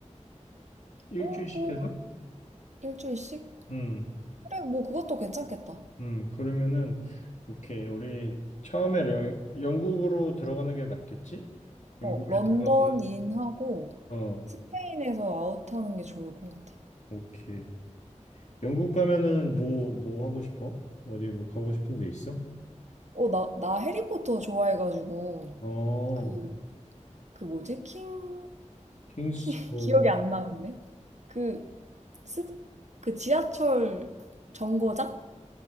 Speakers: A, on the left; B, on the right.
A: 일주일씩
B: 어, 뭐,
A: 해서?
B: 일주일씩?
A: 음.
B: 그래, 뭐, 그것도 괜찮겠다.
A: 음. 그러면은 오케이. 우리 처음에 영, 영국으로 들어가는 게 낫겠지? 영국에
B: 어, 런던
A: 들어가서
B: 인하고
A: 어,
B: 스페인에서 아웃하는 게 좋을 것 같아.
A: 오케이. 영국 가면은 뭐 뭐 하고 싶어? 어디 뭐 가고 싶은 데 있어?
B: 어, 나, 나 해리포터 좋아해가지고,
A: 어,
B: 그, 그 뭐지? 킹,
A: 킹스
B: 킹, <laughs>
A: 뭐
B: 기억이 안 나는데? 그, 스, 그 지하철 정거장?